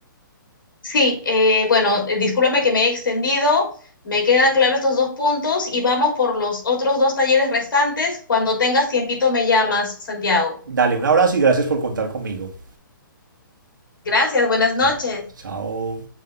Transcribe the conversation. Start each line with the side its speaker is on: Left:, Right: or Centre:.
Left: Sí, eh, bueno, eh, discúlpame que me he extendido, me quedan claros estos dos puntos y vamos por los otros dos talleres restantes. Cuando tengas tiempito me llamas, Santiago.
Right: Dale un abrazo y gracias por contar conmigo.
Left: Gracias, buenas noches.
Right: Chao. Chao.